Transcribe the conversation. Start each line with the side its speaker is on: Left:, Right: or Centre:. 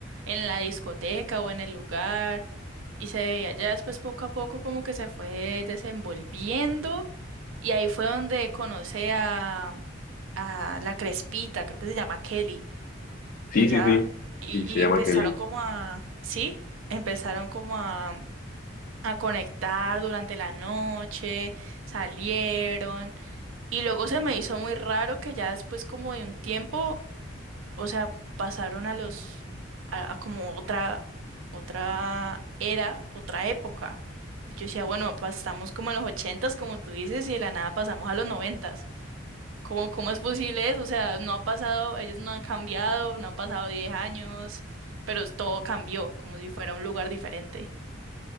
Right: en la discoteca o en el lugar y se veía ya después poco a poco como que se fue desenvolviendo y ahí fue donde conoce a, a la Crespita, creo que se llama Kelly.
Left: Sí,
Right: Ella
Left: sí, sí,
Right: y,
Left: sí, se
Right: y
Left: llama
Right: empezaron
Left: Kelly.
Right: como a, sí, empezaron como a, a conectar durante la noche, salieron. Y luego se me hizo muy raro que ya después como de un tiempo, o sea, pasaron a los, a, a como otra, otra era, otra época. Y yo decía, bueno, pues estamos como en los ochentas, como tú dices, y de la nada pasamos a los noventas. ¿Cómo, cómo es posible eso? O sea, no ha pasado, ellos no han cambiado, no han pasado 10 años, pero es- todo cambió, como si fuera un lugar diferente.